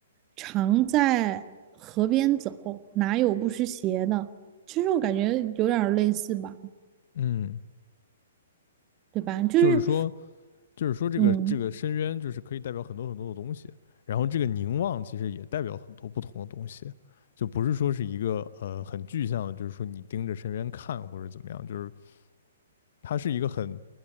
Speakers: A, on the right; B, on the left.
A: 常在河边走，哪有不湿鞋的？其实我感觉有点类似吧，
B: 嗯。
A: 对吧？就是
B: 就是说，就是说这个这个深渊就是可以代表很多很多的东西，
A: 嗯，
B: 然后这个凝望其实也代表很多不同的东西，就不是说是一个呃很具象的，就是说你盯着深渊看或者怎么样，就是它是一个很